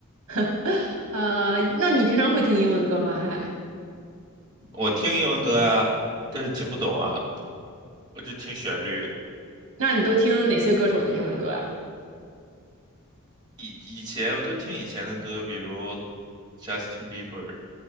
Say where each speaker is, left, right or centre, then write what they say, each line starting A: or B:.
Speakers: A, on the right; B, on the right.
A: <laughs> 呃，那你平常会听英文歌吗？还，
B: 我听英文歌啊，但是听不懂啊，我就听旋律。
A: 那你都听哪些歌手的英文歌啊？
B: 以以前我都听以前的歌，比如 Justin Bieber，